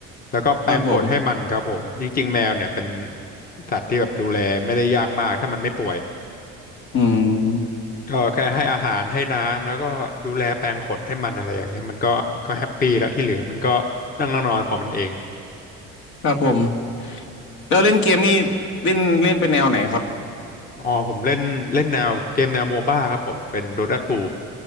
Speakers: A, on the left; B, on the left.
A: แล้วก็แปรงขนให้มันครับผมจริงๆแมวเนี่ยเป็น
B: ครับผม
A: สัตว์ที่แบบดูแลไม่ได้ยากมากถ้ามันไม่ป่วย
B: อืม
A: เออแค่ให้อาหารให้น้ำแล้วก็ดูแลแปรงขนให้มันอะไรอย่างเงี้ยมันก็ก็แฮปปี้แล้วที่เหลือมันก็นั่งนอนของมันเอง
B: ครับผมแล้วเล่นเกมนี่เล่นเล่นเป็นแนวไหนครับ
A: อ๋อผมเล่นเล่นแนวเกมแนวโมบ้าครับผมเป็น Dota 2